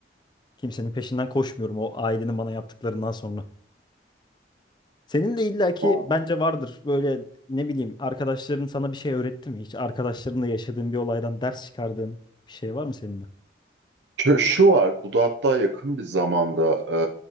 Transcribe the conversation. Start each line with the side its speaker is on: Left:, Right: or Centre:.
Left: Kimsenin peşinden koşmuyorum o ailenin bana yaptıklarından sonra. Senin de illaki
Right: hı.
Left: bence vardır böyle ne bileyim arkadaşların sana bir şey öğretti mi? Hiç arkadaşlarınla yaşadığın bir olaydan ders çıkardığın bir şey var mı senin de?
Right: Şu, şu var, bu da hatta yakın bir zamanda e,